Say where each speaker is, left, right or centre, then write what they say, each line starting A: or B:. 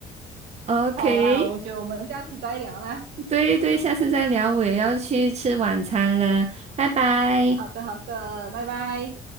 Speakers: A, on the right (about 40°); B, on the right (about 75°).
A: OK。
B: 好啦，我觉得我们这样子再聊啦，
A: 对对，下次再聊，我也要去吃晚餐了，拜拜。
B: 好的好的，拜拜。